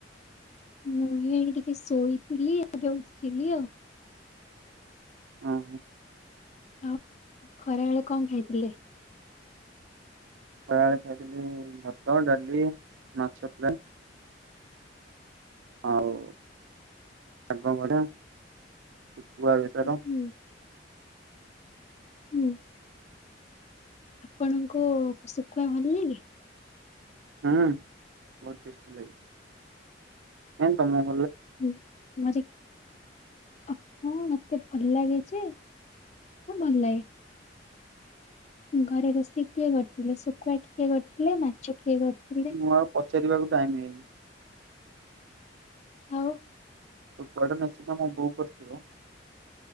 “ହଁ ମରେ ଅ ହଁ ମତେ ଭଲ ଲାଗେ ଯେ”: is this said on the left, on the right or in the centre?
Left